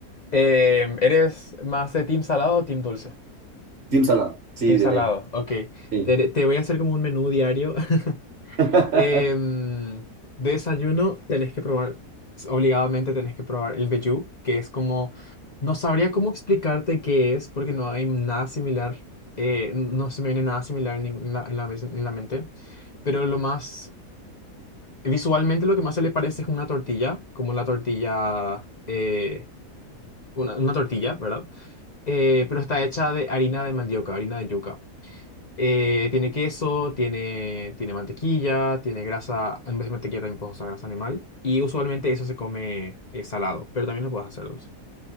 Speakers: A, on the left; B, on the right.
A: Em, ¿eres más de team salado o team dulce?
B: Team salado, sí,
A: Team
B: de
A: salado,
B: ley,
A: ok.
B: sí.
A: Te, te voy a hacer como un menú diario <laughs>
B: <laughs>
A: Em, de desayuno tenés que probar, obligadamente tenés que probar el vellú, que es como, no sabría cómo explicarte qué es, porque no hay nada similar, eh, no se me viene nada similar en, ningún- en la, en la mes- en la mente, pero lo más, visualmente lo que más se le parece es una tortilla, como la tortilla, eh, una, una tortilla, ¿verdad? Eh, pero está hecha de harina de mandioca, harina de yuca. Eh, tiene queso, tiene, tiene mantequilla, tiene grasa. En vez de mantequilla también puedes usar grasa animal. Y usualmente eso se come eh, salado, pero también lo puedes hacer dulce.